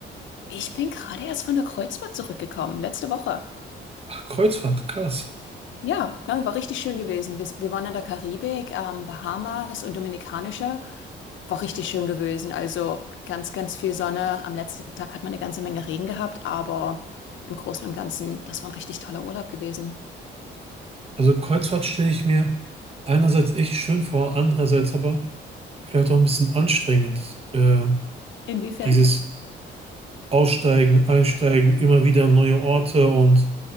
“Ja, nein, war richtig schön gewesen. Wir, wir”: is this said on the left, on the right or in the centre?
Left